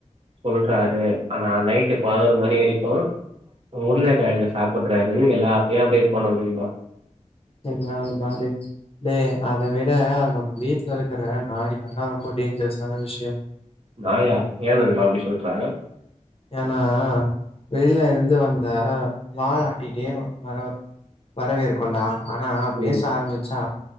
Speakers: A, on the right; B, on the left.
A: சொல்றாரு ஆனா நைட்டு் பதுனோர் மணி வரைக்கு உருளகெழங்கு சாப்புட்றாரு எல்லாத்தையு அப்டேட் பண்ண சொல்றா
B: என்ன நண்பா இது ஏ அத விட நம்ம வீட்ல வளக்ற நாய் தான்டா ரொம்ப டேஞ்சரஸான விஷயோம்
A: நாயா ஏ நண்பா அப்டி சொல்ற
B: ஏன்னா வெளில இருந்து வந்தா வால் ஆட்டிட்டே வரு வரவேற்க்குண்டா ஆனா பேச
A: ம்
B: ஆரம்பிச்சா